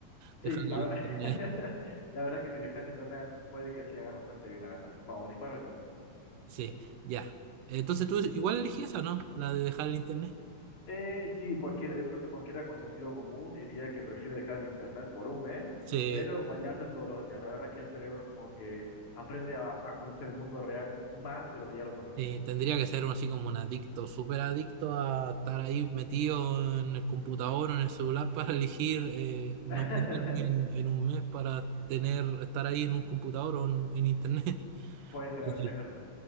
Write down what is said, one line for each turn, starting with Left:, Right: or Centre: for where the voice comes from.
Right: dejar
Left: sí, la
Right: el
Left: verdad,
Right: internet.
Left: <laughs> la verdad es que si dejar el internet puede que sí hagas bastante bien, la verdad. Vamos, dispara alguna.
Right: Sí, ya. Entonces tú igual elegí esa, ¿no? La de dejar el internet.
Left: Eh, sí, cualquiera. Yo creo que cualquiera con sentido común diría que prefiere dejar el internet por un mes,
Right: Sí.
Left: pero bañarse todos los días. La verdad que el cerebro como que aprende a, a conocer el mundo real más de lo que ya lo conocen.
Right: Sí, tendría que ser uno así como un adicto, súper adicto a estar ahí metido en el computador o en el celular para elegir eh, no
Left: <laughs>
Right: meterme en, en un mes para tener, estar ahí en un computador o en, en internet.
Left: Puede ser,
Right: <laughs>
Left: la verdad,
Right: Sí,
Left: es verdad.